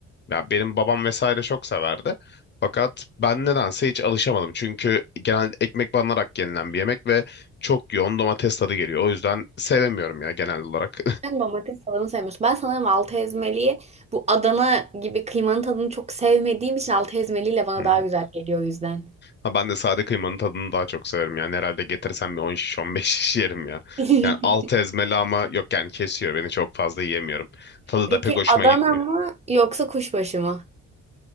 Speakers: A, on the left; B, on the right.
A: Yani benim babam vesaire çok severdi. Fakat ben nedense hiç alışamadım. Çünkü genelde ekmek banarak yenilen bir yemek ve çok yoğun domates tadı geliyor. O yüzden sevemiyorum ya genel olarak.
B: Sen domates tadını sevmiyorsun. Ben sanırım altı ezmeliyi bu Adana gibi kıymanın tadını çok sevmediğim için altı ezmeliyle bana
A: <laughs> Hı hı.
B: daha güzel geliyor o yüzden.
A: Ha ben de sade kıymanın tadını daha çok severim. Yani herhalde getirsem bir 10 şiş 15 şiş yerim ya.
B: <laughs>
A: Yani altı ezmeli ama yok yani kesiyor beni çok fazla yiyemiyorum. Tadı
B: Peki
A: da pek hoşuma
B: Adana
A: gitmiyor.
B: mı yoksa kuşbaşı mı?